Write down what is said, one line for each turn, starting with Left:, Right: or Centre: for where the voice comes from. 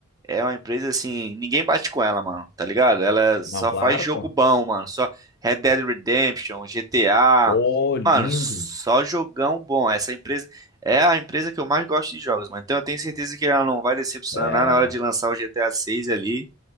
Right: É uma empresa assim, ninguém bate com ela, mano, tá ligado? Ela só
Left: Não, claro,
Right: faz jogo
Left: pô.
Right: bom, mano. Só Red Dead Redemption, GTA.
Left: Ô, lindo.
Right: Mano, só jogão bom. Essa empresa é a empresa que eu mais gosto de jogos, mano. Então eu tenho certeza que ela não vai decepcionar
Left: É.
Right: na hora de lançar o GTA 6 ali.